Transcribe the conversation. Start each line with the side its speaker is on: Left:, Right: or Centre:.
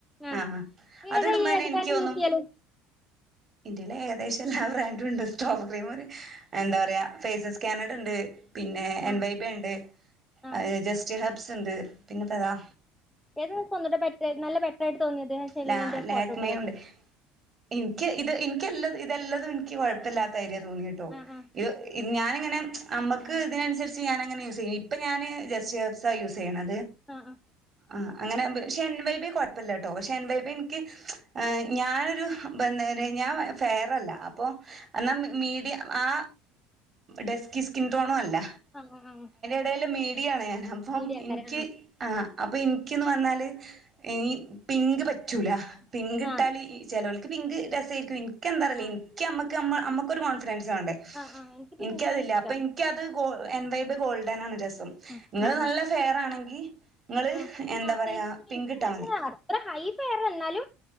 Centre: ആ
Right: ആഹ് ആഹ്
Centre: ഏതാ
Right: അത്ടുമ്പന്നെ
Centre: ഈ എടുക്കാണ്ട്
Right: എനിക്കോന്നും
Centre: യൂസ് ചെയ്യല്
Right: എന്റേല് ഏകദേശം എല്ലാ ബ്രാൻഡും ഉണ്ട് സ്ട്രോബ് ക്രീമ് ഒര് എന്താ പറയാ ഫേയ്സസ് കാനഡ ണ്ട് പിന്നെ എൻ
Centre: ആ
Right: വൈബ ണ്ട്.
Centre: ആ
Right: ഏഹ് ജസ്റ്റ് ഹെർബ്സ് ഇണ്ട് പിന്നെപ്പേ ഏതാ
Centre: ഏതുസ്സാ ഒന്നുടെ ബെറ്ററായിട്ട് നല്ല ബെറ്ററായിട്ട് തോന്നിയത് ചെല്ലുന്നെന്റെ
Right: ലാ
Centre: ഒരു
Right: ലാക്മയും
Centre: ഫോട്ടോ ഇട്ടിട്ടുണ്ട്
Right: ഉണ്ട് എനിക്ക് ഇത് എനിക്കെല്ലത് ഇതെല്ലതും എനിക്ക് കൊഴപ്പല്ലാത്ത മാതിരിയ തോന്നിയെട്ടൊ
Centre: ആ ആ
Right: ഇത് ഞാനിങ്ങനെ അമ്മക്ക് ഇതിനനുസരിച്ച് ഞാനങ്ങനെ യൂസ് ചെയ്യും ഇപ്പം ഞാന് ജസ്റ്റ്‌ ഹെർബ്സാ യൂസ് ചെയ്യണത്
Centre: ആഹ് ആഹ്
Right: ആഹ് അങ്ങനെ ആവുമ്പൊ പക്ഷെ എൻ വൈ ബെ കൊഴപ്പല്ലട്ടോ പക്ഷെ എൻ വൈ ബെ എനിക്ക് ഏഹ് ഞാനൊരു <unintelligible> ഞാൻ ഫെയറല്ല അപ്പൊ എന്നാ മീ മീഡിയം ആ ഡെസ്ക്കി സ്കിൻ ടോണും അല്ല
Centre: <unintelligible>
Right: ന്റെല് മീഡിയാണ് ഞാന് അപ്പം
Centre: മീഡിയ ആക്കാരെ
Right: എനിക്ക് ആഹ് അപ്പൊ എനിക്കീന്ന് പറഞ്ഞാല് ഈ പിങ്ക് പറ്റൂല പിങ്ക്
Centre: ആ
Right: ഇട്ടാല്
Centre: ആ
Right: ഈ ചെലൊൾക്ക് പിങ്ക് രസായിരിക്കും എനിക്ക് എന്താറിയില്ല
Centre: ആ
Right: എനിക്ക് അമ്മക്ക് അമ്മ അമ്മക്കൊരു കോൺഫിഡൻസ് വേണ്ടേ
Centre: ആഹ് ആഹ് എനിക്ക് പിങ്കാണ്
Right: എനിക്കതില്ല
Centre: ഇഷ്ടം
Right: അപ്പൊ എനിക്കത് ഗോ എൻ വൈ ബെ ഗോൾഡനാണ് രസം
Centre: ആഹ്
Right: നിങ്ങള്
Centre: ആഹ്
Right: നല്ല
Centre: ആഹ്
Right: ഫെയറാണെങ്കി നിങ്ങള്
Centre: ആഹ്
Right: എന്താ
Centre: അത്യാവശ്യം
Right: പറയാ പിങ്ക്ട്ടാ
Centre: എനിക്ക് വെച്ചാ
Right: മതി
Centre: അത്ര ഹൈ ഫെയർ എന്നാലും